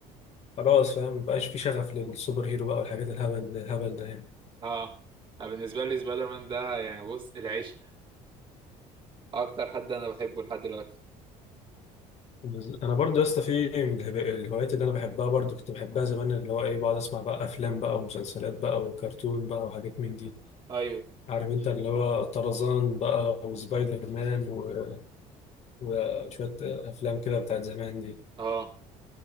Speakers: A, on the left; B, on the right.
A: خلاص فاهم مبقاش في شغف للسوبر هيرو بقى والحاجات الهبل الهبل ده يعني
B: اه أنا بالنسبه لي سبايدر مان ده يعني بص العشق <laughs> اكتر حد انا بحبه لحد دلوقتي
A: بز- انا برضو يا اسطى في من الهب- الهوايات اللي انا بحبها برضو كنت بحبها زمان اللي هو ايه بقعد اسمع بقى افلام بقى ومسلسلات بقى وكرتون بقى وحاجات من دي
B: ايوه
A: عارف انت اللي هو طرزان بقى وسبايدر مان و... وشوية افلام كده بتاعت زمان دي
B: اه